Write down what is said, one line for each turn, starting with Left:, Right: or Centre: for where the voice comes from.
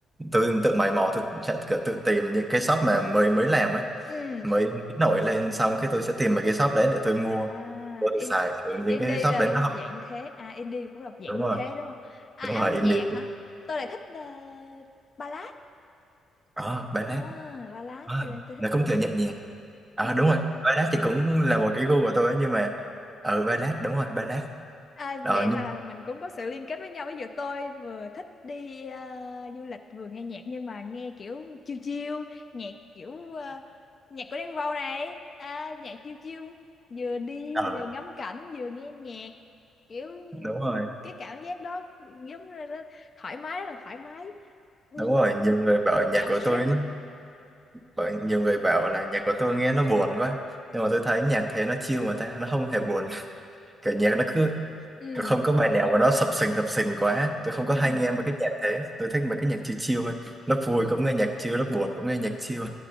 Right: tôi tự mày mò tôi sẽ kiểu tự tìm những cái shop mà mới mới làm ấy
Left: Ừ.
Right: mới, mới nổi lên xong cái tôi sẽ tìm mấy cái shop đấy để tôi mua
Left: À,
Right: tôi
Left: in,
Right: xài kiểu những
Left: indie
Right: cái shop
Left: là
Right: đấy
Left: cũng
Right: nó
Left: một
Right: không
Left: dạng như thế. À, indie cũng là một dạng
Right: đúng
Left: như
Right: rồi
Left: thế đúng không? À,
Right: đúng
Left: âm
Right: rồi indie
Left: nhạc hả? Tôi lại thích ờ, ballad.
Right: ờ ballad
Left: À, ballad.
Right: Ờ,
Left: Tôi lại tôi thích
Right: nó
Left: ballad.
Right: cũng kiểu nhẹ nhàng ờ
Left: Ừ.
Right: đúng rồi ballad thì cũng là một cái gu của tôi ấy, nhưng mà ờ ballad đúng rồi ballad
Left: À,
Right: ờ
Left: vậy
Right: nhưng
Left: là mình cũng có sự liên kết với nhau. Ví dụ tôi vừa thích đi ờ, du lịch vừa nghe nhạc nhưng mà nghe kiểu chill chill, nhạc kiểu ờ, nhạc của Đen Vâu này, à, nhạc chill chill, vừa đi
Right: ờ
Left: vừa ngắm cảnh vừa nghe nhạc. Kiểu
Right: đúng
Left: ừ,
Right: rồi
Left: cái cảm giác đó giống như là thoải mái rất là thoải mái. Ừ,
Right: đúng rồi nhiều người bảo
Left: giảm
Right: nhạc của
Left: stress.
Right: tôi nó bảo, nhiều người bảo là nhạc của tôi nghe nó buồn quá nhưng mà tôi thấy nhạc thế nó chill mà ta nó không hề buồn kiểu nhạc nó cứ
Left: Ừ.
Right: không có bài nào mà nó sập sình sập sình quá tôi không có
Left: Ừ.
Right: hay nghe mấy cái nhạc thế tôi thích mấy cái nhạc chill chill hơn lúc vui cũng nghe nhạc chill lúc buồn cũng nghe nhạc chill